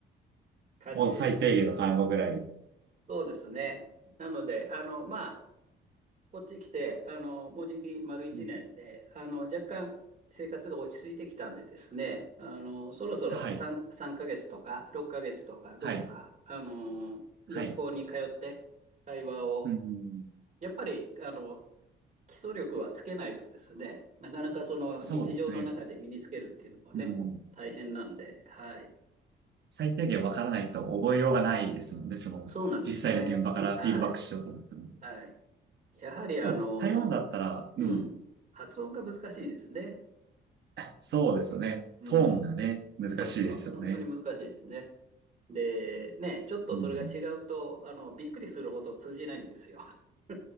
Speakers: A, on the right; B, on the right.
A: <laughs> 感じですね。
B: もう最低限の単語ぐらい。う
A: そうですね。なので、あの、まこっち来て、あの、もうじき丸一年で、
B: ん
A: あの、若干生活が落ち着いてきたんでですね、あの、そろそろ
B: はい。
A: 3, 3ヶ月とか6ヶ月とか、どこか、
B: はい。
A: あの、
B: はい。
A: 学校に通って会話を、
B: うん。
A: やっぱり、あの、基礎力はつけないとですね、なかなかその日常の中で身につけるっていうのはね、
B: そうですね。うん。
A: 大変なんで、はい。
B: 最低限わからないと覚えようがないですもんね。その、
A: そうなんですね。
B: 実際の現場からフィードバックしようと思っても。
A: はい。はい。やはり、あの、
B: でも、台湾だったら、うん。
A: うん、発音が難しいですね。
B: そうですよね。
A: うん。
B: トーンがね、難しいですよね。
A: そうそう、本当に難しいですね。で、ね、ちょっとそれが違うと、
B: うん。
A: あの、びっくりするほど通じないんですよ。<laughs>